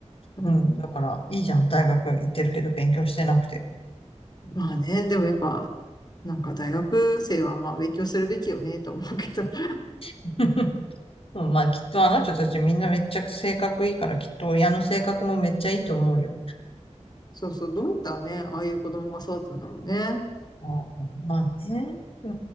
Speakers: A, on the left (about 35°); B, on the left (about 50°).
A: う。
B: うん。
A: うん。
B: だから、いいじゃん。大学行ってるけど勉強してなくて。
A: まあね、でもやっぱ、なんか大学生はまあ勉強するべきよね、と思うけど。<laughs>
B: <laughs> うん、まあ、きっとあの人たちみんなめっちゃ性格いいから、きっと親の性格もめっちゃいいと思うよ。
A: そうそう、どうやったらね、ああいう子供が育つんだろうね。
B: あまあね。う